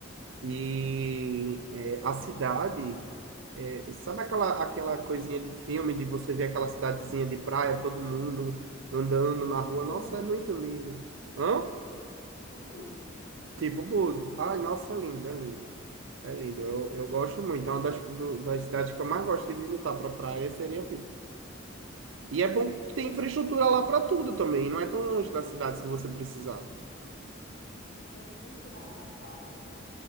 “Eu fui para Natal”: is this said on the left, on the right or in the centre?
Left